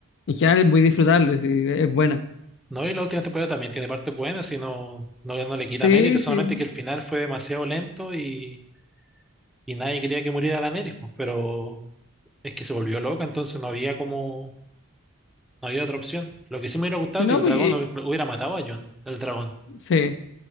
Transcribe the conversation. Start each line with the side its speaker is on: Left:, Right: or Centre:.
Left: en general es muy disfrutable, sí, es buena.
Centre: No, y la última temporada también tiene partes buenas y no, no, no le quita
Left: Sí,
Centre: mérito, solamente
Left: sí.
Centre: que el final fue demasiado lento y, y nadie quería que muriera Daenerys, pues, pero es que se volvió loca, entonces no había como, no había otra opción. Lo que sí me hubiera gustado
Left: Sí,
Centre: es
Left: No,
Centre: que el
Left: porque,
Centre: dragón no hubiera hubiera matado a Jon, el dragón.
Left: sí,